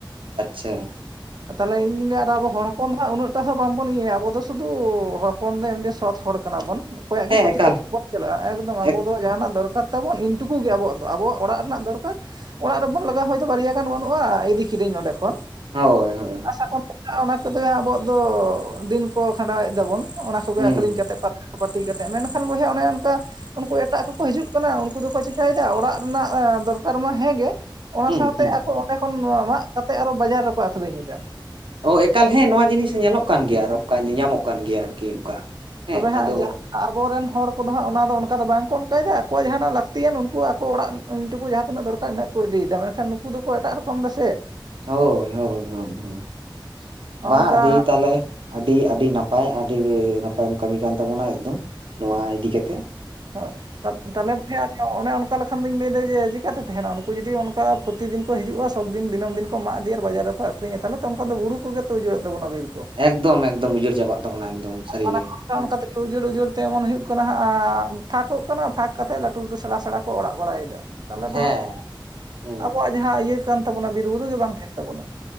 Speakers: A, on the right; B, on the right.
A: ᱟᱪᱪᱷᱟ ᱾
B: ᱛᱟᱦᱚᱞᱮ ᱤᱧ ᱫᱚᱧ ᱞᱟᱹᱭᱟ ᱟᱨ ᱟᱵᱚ ᱦᱚᱯᱚᱱ ᱫᱚ ᱦᱟᱸᱜ ᱩᱱᱟᱹᱜ ᱴᱟ ᱫᱚ ᱵᱟᱝ ᱵᱚᱱ ᱤᱭᱟᱹᱭᱟ ᱟᱵᱚ ᱫᱚ ᱥᱩᱫᱷᱩ ᱦᱚᱲ ᱦᱚᱯᱚᱱ ᱫᱚ ᱮᱢᱴᱤ ᱥᱚᱛ ᱦᱚᱲ ᱠᱟᱱᱟ ᱵᱚᱱ᱾ ᱚᱠᱚᱭᱟᱜ
A: ᱦᱮᱸ
B: ᱜᱮ ᱠᱷᱚᱛᱤ
A: ᱮᱠᱟᱞ
B: ᱪᱟᱞᱟᱜᱼᱟ, ᱮᱠᱫᱚᱢ ᱟᱵᱚ
A: ᱮᱠ
B: ᱫᱚ ᱡᱟᱦᱟᱱᱟᱜ ᱫᱚᱨᱠᱟᱨ ᱛᱟᱵᱚᱱ ᱤᱱ ᱴᱩᱠᱩ ᱜᱮ ᱟᱵᱚᱣᱟᱜ ᱫᱚ ᱟᱵᱚᱣᱟᱜ ᱚᱲᱟᱜ ᱨᱮᱱᱟᱜ ᱫᱚᱨᱠᱟᱨ ᱚᱲᱟᱜ ᱨᱮᱵᱚᱱ ᱞᱟᱜᱟᱣᱟ ᱦᱚᱭᱛᱚ ᱵᱟᱨᱭᱟ ᱜᱟᱱ ᱵᱟᱹᱱᱩᱜᱼᱟ ᱤᱫᱤ ᱠᱤᱫᱟᱹᱧ ᱱᱚᱸᱰᱮ ᱠᱷᱚᱱ᱾
A: ᱦᱳᱭ ᱦᱳᱭ ᱦᱳᱭ᱾
B: ᱟᱨ ᱚᱱᱟ ᱠᱚᱛᱮᱭᱟ ᱟᱵᱚᱣᱟᱜ ᱫᱚ ᱫᱤᱱ ᱠᱚ ᱠᱷᱟᱸᱰᱟᱣᱮᱫ ᱫᱟᱵᱚᱱ ᱚᱱᱟ ᱠᱚᱜᱮ
A: ᱦᱩᱸ
B: ᱟᱹᱠᱷᱨᱤᱧ ᱠᱟᱛᱮ ᱯᱟᱹᱴᱤ ᱠᱟᱛᱮᱫ ᱢᱮᱱᱠᱷᱟᱱ ᱵᱚᱭᱦᱟ ᱚᱱᱮ ᱚᱱᱠᱟ ᱩᱱᱠᱩ ᱮᱴᱟᱜ ᱠᱚᱠᱚ ᱦᱤᱡᱩᱜ ᱠᱟᱱᱟ ᱩᱱᱠᱩ ᱫᱚᱠᱚ ᱪᱤᱠᱟᱭᱮᱫᱟ ᱚᱲᱟᱜ ᱨᱮᱱᱟᱜ ᱫᱚᱨᱠᱟᱨ ᱢᱟ ᱦᱮᱸᱜᱮ ᱚᱱᱟ
A: ᱦᱩᱸ
B: ᱥᱟᱶᱛᱮ
A: ᱦᱩᱸ
B: ᱟᱠᱚ ᱚᱸᱰᱮ ᱠᱷᱚᱱ ᱢᱟᱜ ᱠᱟᱛᱮᱜ ᱟᱨᱚ ᱵᱟᱡᱟᱨ ᱨᱮᱠᱚ ᱟᱹᱠᱷᱨᱤᱧ ᱮᱫᱟ᱾
A: ᱚ ᱮᱠᱟᱞ ᱦᱮᱸ ᱱᱚᱣᱟ ᱡᱤᱱᱤᱥ ᱧᱮᱞᱚᱜ ᱠᱟᱱ ᱜᱮᱭᱟ ᱟᱨ ᱚᱱᱠᱟ ᱧᱟᱧᱟᱢᱚᱜ ᱠᱟᱱ ᱜᱮᱭᱟ᱾ ᱟᱨᱠᱤ ᱚᱱᱠᱟ ᱦᱮᱸ
B: ᱛᱚᱵᱮ ᱦᱟᱸᱜ
A: ᱟᱫᱚ
B: ᱡᱟ ᱟᱵᱚᱨᱮᱱ ᱦᱚᱲ ᱠᱚᱫᱚ ᱦᱟᱸᱜ ᱚᱱᱟ ᱫᱚ ᱚᱱᱠᱟ ᱫᱚ ᱵᱟᱝᱠᱚ ᱚᱱᱠᱟᱭᱮᱫᱟ ᱟᱠᱚᱣᱟᱜ ᱡᱟᱦᱟᱸᱱᱟᱜ ᱞᱟᱹᱠᱛᱤᱭᱟᱱ ᱩᱱᱠᱩ ᱟᱠᱚ ᱚᱲᱟᱜ ᱤᱱᱴᱩᱠᱩ ᱡᱟᱦᱟᱸ ᱛᱤᱱᱟᱹᱜ ᱫᱚᱨ ᱢᱮᱜ ᱠᱚ ᱤᱫᱤᱭᱮᱫᱟ ᱢᱮᱱᱠᱷᱟᱱ ᱱᱩᱠᱩ ᱫᱚᱠᱚ ᱮᱴᱟᱜ ᱨᱚᱠᱚᱢ ᱫᱟᱥ ᱥᱮ᱾
A: ᱦᱳᱭ ᱦᱳᱭ ᱦᱳᱭ ᱦᱳᱭ᱾ ᱵᱟᱝ
B: ᱚᱱᱠᱟ
A: ᱟᱫᱤ ᱛᱟᱦᱚᱞᱮ ᱟᱹᱰᱤ ᱟᱹᱰᱤ ᱱᱟᱯᱟᱭ ᱟᱹᱰᱤ ᱱᱟᱯᱟᱭᱮᱢ ᱠᱟᱹᱢᱤ ᱠᱟᱱ ᱛᱟᱵᱚᱱᱟ ᱮᱠᱫᱚᱢ ᱱᱚᱣᱟ ᱤᱫᱤ ᱠᱟᱛᱮ
B: ᱦᱳᱭ ᱛᱟ ᱛᱟᱦᱚᱞᱮ <unintelligible> ᱚᱱᱮ ᱚᱱᱠᱟ ᱞᱮᱠᱷᱟᱱ ᱫᱚᱧ ᱞᱟᱹᱭᱫᱟ ᱡᱮ ᱪᱮᱠᱟᱛᱮ ᱛᱟᱦᱮᱸᱱᱟ ᱩᱱᱠᱩ ᱡᱩᱫᱤ ᱚᱱᱠᱟ ᱯᱨᱚᱛᱤᱫᱤᱱ ᱠᱚ ᱦᱤᱡᱩᱜᱼᱟ ᱥᱚᱵᱽ ᱫᱤᱱ ᱫᱤᱱᱟᱹᱢ ᱫᱤᱱ ᱠᱚ ᱢᱟᱜ ᱤᱫᱤᱭᱟ ᱟᱨ ᱵᱟᱡᱟᱨ ᱨᱮ ᱠᱚ ᱟᱹᱠᱷᱨᱤᱧᱟ ᱛᱟᱦᱞᱮ ᱚᱱᱠᱟ ᱫᱚ ᱵᱩᱲᱩ ᱠᱚᱜᱮ ᱛᱚ ᱩᱡᱟᱹᱲᱚᱜ ᱛᱟᱵᱚᱱᱟ ᱵᱤᱨ ᱠᱚ᱾
A: ᱮᱠᱫᱚᱢ ᱮᱠᱫᱚᱢ ᱩᱡᱟᱹᱲ ᱪᱟᱵᱟᱜ ᱛᱟᱵᱚᱱᱟ ᱮᱠᱫᱚᱢ᱾ ᱥᱟᱹᱨᱤᱜᱮ
B: ᱚᱱᱟ ᱠᱷᱚᱱ ᱚᱱᱠᱟ
A: ᱦᱮᱸ
B: ᱚᱱᱠᱟ ᱛᱮᱜᱮ ᱩᱡᱟᱹᱲ ᱩᱡᱟᱹᱲ ᱛᱮ ᱮᱢᱚᱱ ᱦᱩᱭᱩᱜ ᱠᱟᱱᱟ ᱦᱟᱸᱜ ᱟᱸᱻ ᱯᱷᱟᱸᱠᱚᱜ ᱠᱟᱱᱟ ᱯᱷᱟᱸᱠ ᱠᱟᱛᱮ ᱞᱟᱹᱴᱩ ᱞᱟᱹᱴᱩ ᱥᱮᱬᱟ ᱥᱮᱬᱟ ᱠᱚ ᱚᱲᱟᱜ ᱵᱟᱲᱟᱭᱮᱫᱟ᱾ ᱛᱟᱦᱚᱞᱮ
A: ᱦᱮᱸ
B: ᱫᱚ ᱦᱟᱸᱜ
A: ᱦᱩᱸ
B: ᱟᱵᱚᱣᱟᱜ ᱡᱟᱦᱟᱸ ᱤᱭᱟᱹ ᱠᱟᱱ ᱛᱟᱵᱚᱱᱟ ᱵᱤᱨ ᱵᱩᱨᱩ ᱜᱮ ᱵᱟᱝ ᱛᱟᱦᱮᱸᱱ ᱛᱟᱵᱚᱱᱟ᱾